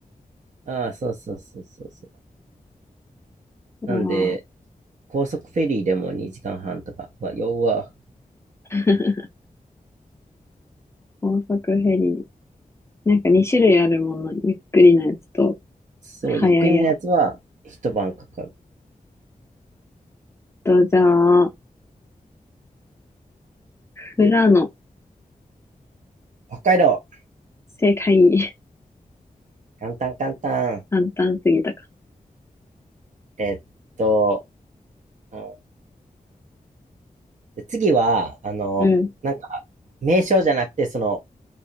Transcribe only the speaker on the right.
ああ、そうそうそうそうそう。
なんで、高速フェリーでも2時間半とか。うわ、ようわ。
そう、
ゆっくりのやつは一晩かかる。
北海道、
簡単簡単。
えっと、うんで次は、あの、
なんか、名称じゃなくて、その、